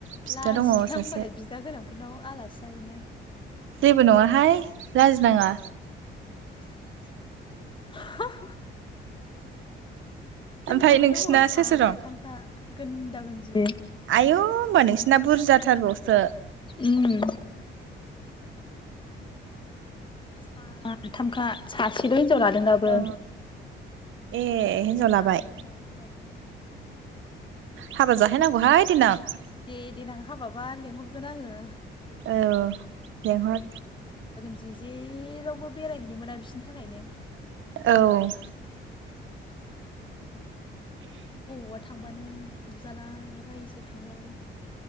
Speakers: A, on the right; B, on the left.
A: बिदा
B: लाजिलां
A: दङ सासे
B: होनबालाय बिदा गोनां नाव आलासि जाहैनो
A: जेबो नङाहाय लाजिनाङा।
B: <unintelligible> जोंनाबो
A: ओमफ्राय नोंसिना
B: दङ साथामखा
A: सोर सोर दं
B: गोनदा गोन्दि
A: आयौ होमबा नोंसिना बुरजाथारबावसो
B: उम। साथामखा सासेल हि लादों दाबो
A: औ ए हिनजाव
B: सानैया
A: लाबाय
B: लायाखै दाबो।
A: हाबा जाहैनांगौहाय देनां।
B: दे दे नां हाबाबा लेंहर गोन आङो।
A: औ लेंहर
B: जि जेरावबो बेरायहैनो मोना बिसनि थाखायनो।
A: औ
B: बबावबा थांबानो बुजाला बायोसो थांबाबो।